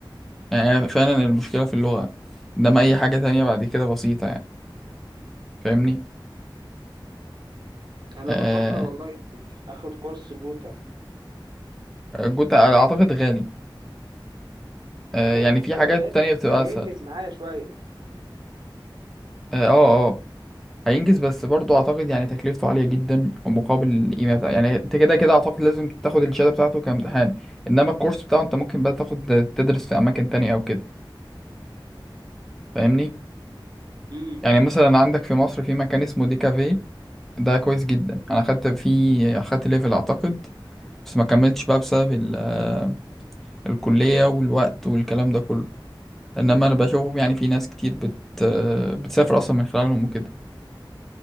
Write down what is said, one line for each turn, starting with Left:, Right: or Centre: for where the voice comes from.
Centre: يعني فعلا المشكلة في اللغة انما اي حاجة تانية بعد كده بسيطة يعني فاهمني
Right: انا
Centre: آه،
Right: بفكر والله اخد كورس جوتا
Centre: الجوت اعتقد غالي آه،
Right: ما هو
Centre: يعني
Right: حتى
Centre: في حاجات
Right: لو غالي
Centre: تانية
Right: بس
Centre: بتبقى
Right: هينجز
Centre: أسهل
Right: معايا شويه
Centre: اه اه آه. هينجز بس برضه أعتقد يعني تكلفته عالية جدا ومقابل القيمة بتاعه يعني أنت كده كده أعتقد لازم تاخد الشهادة بتاعته كامتحان إنما الكورس بتاعه أنت ممكن بقى تاخد تدرس في أماكن تانية أو كده فاهمني
Right: امم
Centre: يعني مثلا عندك في مصر في مكان اسمه دي كافيه ده كويس جدا أنا خدت فيه خدت ليفل أعتقد بس ما كملتش بقى بسبب ال- آه، الكلية والوقت والكلام ده كله إنما أنا بشوفهم يعني في ناس كتير بت آه، بتسافر أصلا من خلالهم وكده